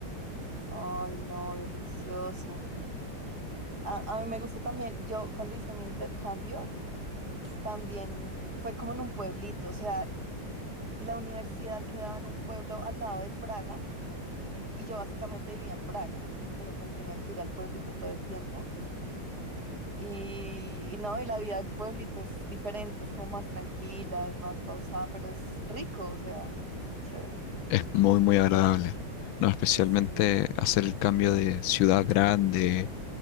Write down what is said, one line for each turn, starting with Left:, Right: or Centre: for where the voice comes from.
Right: Ay, no, delicioso. A, a mí me gusta también, yo cuando hice mi intercambio, también fue como en un pueblito, o sea, la universidad quedaba en un pueblo al lado de Praga y yo básicamente vivía en Praga, pero pues tenía que ir al pueblito todo el tiempo. Y, y no, y la vida en pueblito es diferente, es como más tranquila, es más pausada, pero es rico, o sea, chévere.
Left: Es muy, muy agradable. No, especialmente
Right: Sí.
Left: hacer el cambio de ciudad grande,